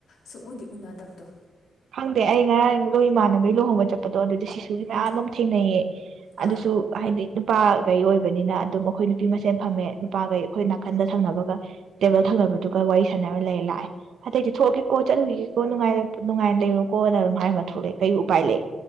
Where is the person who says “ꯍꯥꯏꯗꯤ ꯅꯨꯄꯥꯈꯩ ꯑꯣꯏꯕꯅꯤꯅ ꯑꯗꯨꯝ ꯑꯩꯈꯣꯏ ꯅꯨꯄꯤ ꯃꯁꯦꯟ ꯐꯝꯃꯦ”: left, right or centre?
Right